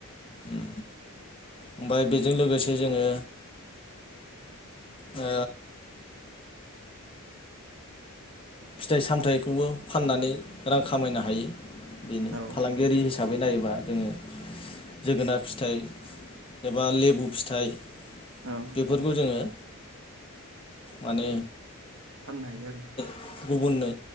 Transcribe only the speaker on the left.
उम ओमफाय बेजों लोगोसे जोङो ओ फिथाइ सामथाइखौबो फाननानै रां खामायनो हायो बेनो
फालांगियारि हिस साबै नायोबा जोङो जोगोनार फिथाइ एबा
लेबु फिथाइ
बेफोरखौ जोङो माने
गुबुननो